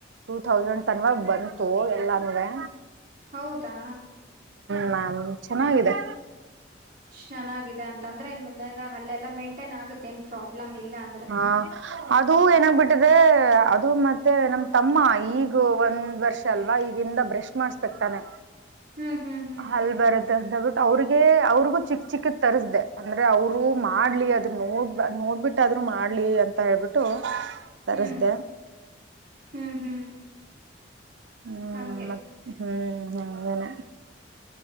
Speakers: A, on the right (about 70°); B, on the right (about 45°).
A: ಟೂತೌಸಂಡ್ ತನ್ವಾಗ ಬಂತು ಎಲ್ವಾನ್ವೆ
B: ಹೌದಾ
A: ಹ್ಮ ಹ ಚೆನ್ನಾಗಿದೆ
B: ಚೆನ್ನಾಗಿದೆ ಅಂತ ಅಂದ್ರೆ ಇನ್ ಮುಂದೆಯಿಂದ ಹಲ್ಲೆಲ್ಲಾ ಮೆಂಟ್ ಟೆನ್ ಆಗುತ್ತೆ ಏನ್ ಪ್ರಾಬ್ಲಮ ಇಲ್ಲ ಅಂದ್ರೆ
A: ಹಾ ಅದು ಏನಾಗ್ಬಿಟ್ಟಿದೆ ಅದು ಮತ್ತೆ ನಮ ತಮ್ಮ ಈಗ ಒಂದ್ ವರ್ಷ ಅಲ್ವಾ ಈಗಿಂದ ಬ್ರಷ್ ಮಾಡಸ್ಬೇಕಕ್ ತಾನೆ
B: ಹ್ಞೂ ಹ್ಞೂ ಹ್ಞೂ
A: ಅಲ್ ಬರುತ್ತ ಅಂತ ಬಿಟ್ಟ ಅವ್ರಿಗೆ ಅವ್ರಿಗು ಚಿಕ್ಕ ಚಿಕ್ಕ ತರಿಸ್ದೇ ಅಂದ್ರೆ ಅವರು ಮಾಡ್ಲಿ ಅದ್ರ ನೋಡ್ ನೋಡ್ಬಿಟ್ಟ ಆದ್ರು ಮಾಡ್ಲಿ ಅಂತ ಹೇಳ್ಬಿಟ್ಟು ತರಿಸಿದೆ
B: ಹ್ಞೂ ಹ್ಞೂ ಹ್ಞೂ
A: ಹ್ಮ್
B: ಹಾಗೆ
A: ಮತ್ತ ಹ್ಮ್ ಹ್ಮ ಅಂಗನೆ